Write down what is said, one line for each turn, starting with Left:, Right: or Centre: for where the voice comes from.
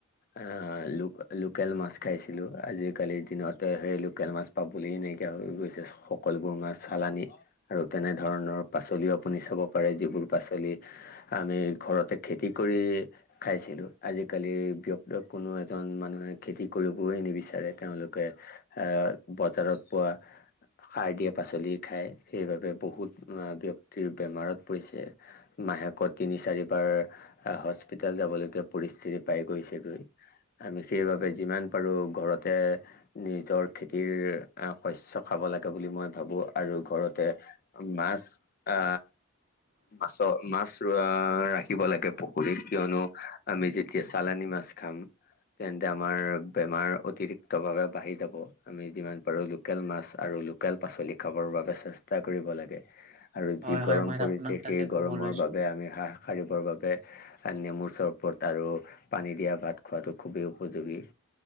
Left: আহ ল লোকেল মাছ খাইছিলো আজিকালিৰ দিনতে সেই লোকেল মাছ পাবলৈ নাই। এতি গৈছে সকলোবোৰ মাছ চালানি আৰু তেনে ধৰণৰ পাচলি আপুনি চাব পাৰে যিবোৰ পাচলি আমি ঘৰতে খেতি কৰি খাইছিলো আজি আজিকালি ব্যক্ত কোনো এজন মানুহে খেতি কৰিবয়ই নিবিচাৰে তেওঁলোকে আহ বজাৰত পোৱা সাৰ দিয়া পাচলি খাই সেইবাবে বহুত বক্ত। বেমাৰত পৰিছে মাহেকত তিনি চাৰিবাৰ হস্পিতাল যাবলৈকে পৰি ছিৰি পাই গৈছেগৈ। আমি সেইবাবে যিমান পাৰো ঘৰতে নিজৰ খেতিৰ শস্য খাব। হ'ব লাগে বুলি মই ভাবোঁ আৰু ঘৰতে মাছ আ। মাছৰ মাছ ৰাখিব লাগে পুখুৰীত কিয়নো আমি যেতিয়া চালানী মাছ মাছ খাম তেন্তে আমাৰ বেমাৰ অতিৰিক্ত ভাৱে বাঢ়ি যাব আমি যিমান পাৰো লোকেল মাছ আৰু লোক পাচলি খাব বাবে চেষ্টা কৰিব লাগে। আৰু
Right: হয়
Left: যি
Right: হয়
Left: গৰম
Right: মই
Left: পৰিছে
Right: আপোনাক তাকে
Left: সেই
Right: ক'ব
Left: গৰমৰ
Right: লৈছোঁ
Left: বাবে আমি হাঁহ সাৰিবৰ বাবে। নেমুৰ চৰবত আৰু পানী দিয়া ভাত খোৱাটো খুবেই উপযোগী।